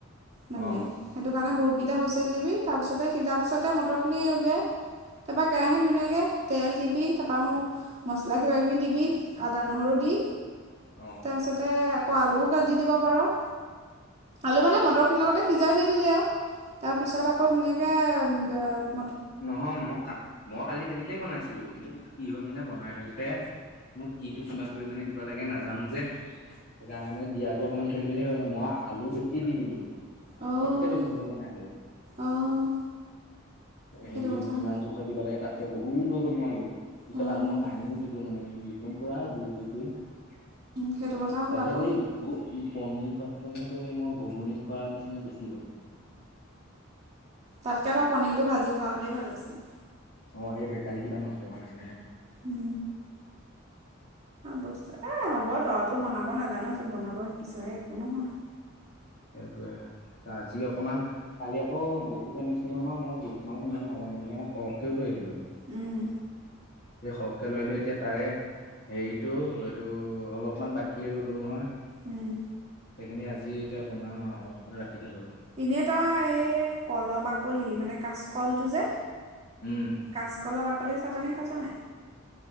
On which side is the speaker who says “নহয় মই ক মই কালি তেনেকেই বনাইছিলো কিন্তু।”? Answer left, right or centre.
Left